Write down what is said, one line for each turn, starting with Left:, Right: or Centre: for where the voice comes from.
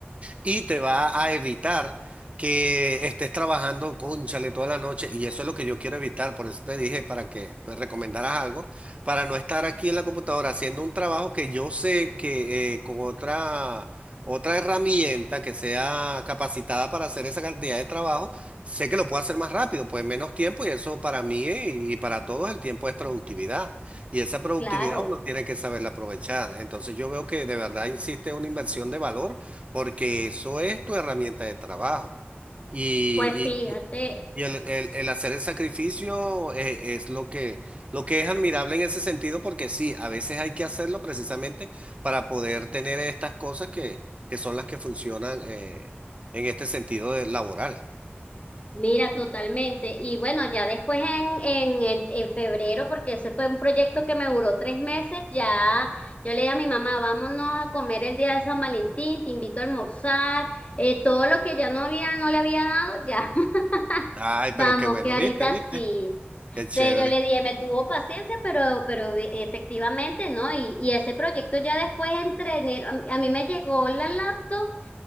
Right: y te va a evitar que estés trabajando, cónchale, toda la noche. Y eso es lo que yo quiero evitar. Por eso te dije para que pues, recomendaras algo, para no estar aquí en la computadora haciendo un trabajo que yo sé que eh, con otra, otra herramienta que sea capacitada para hacer esa cantidad de trabajo, sé que lo puedo hacer más rápido, pues menos tiempo. Y eso para mí eh, y para todos el tiempo es productividad. Y esa productividad
Left: claro.
Right: uno tiene que saberla aprovechar. Entonces yo veo que de verdad existe una inversión de valor porque eso es tu herramienta de trabajo. Y,
Left: Pues fíjate,
Right: y- y- y el,
Left: s-
Right: el- el hacer el sacrificio eh, es, lo que, lo que es admirable en ese sentido, porque sí, a veces hay que hacerlo precisamente para poder tener estas cosas que, que son las que funcionan eh, en este sentido de- laboral.
Left: mira totalmente. Y bueno, ya después en, en, en- en febrero, porque ese fue un proyecto que me duró tres meses, ya yo le dije a mi mamá, vámonos a comer el día de San Valentín, te invito a almorzar, eh, todo lo que ya no había, no le había dado, ya. <laughs>
Right: Ay,
Left: Vamos,
Right: pero qué bueno,
Left: que ahorita
Right: viste, viste,
Left: sí.
Right: qué chévere.
Left: Entonces yo le dije, me tuvo paciencia, pero, pero e, efectivamente, ¿no? Y, y ese proyecto ya después entre enero, a, a mí me llegó la laptop